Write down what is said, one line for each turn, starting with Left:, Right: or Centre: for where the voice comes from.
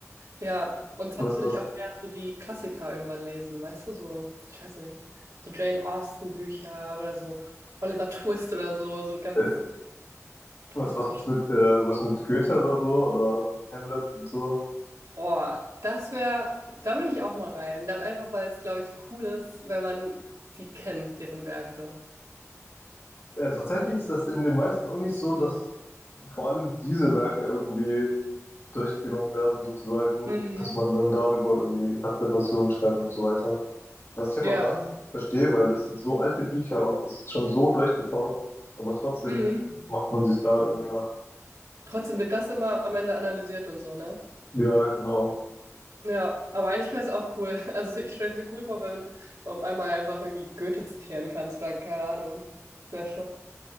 Right: Ja, und
Left: Was,
Right: sonst würde
Left: was,
Right: ich auch mehr so die Klassiker irgendwann lesen, weißt du, so, ich weiß nicht, so Jane Austen-Bücher oder so Oliver Twist oder so, so ganz
Left: äh,
Right: klassisch.
Left: was, was jetzt mit, äh, was mit Goethe oder so oder Hamlet und so.
Right: Boah, das wäre, da würde ich auch mal rein. Da, einfach weil es, glaube ich, cool ist, wenn man die kennt, deren Werke.
Left: Äh, tatsächlich ist das in den meisten Unis so, dass vor allem diese Werke irgendwie durchgenommen werden, sozusagen,
Right: Mhm.
Left: dass man dann darüber irgendwie Interpretationen schreibt und so weiter. Was ich aber
Right: Ja,
Left: gar nicht verstehe, weil das sind so alte Bücher und das ist schon so durchgekaut, aber trotzdem
Right: mhm.
Left: macht man sich da irgendwie noch.
Right: Trotzdem wird das immer am Ende analysiert und so, ne?
Left: Ja, genau.
Right: Ja, aber eigentlich wäre es auch cool. <laughs> Also ich stelle es mir cool vor, wenn du auf einmal einfach irgendwie Goethe zitieren kannst oder keine Ahnung. Das wäre schon,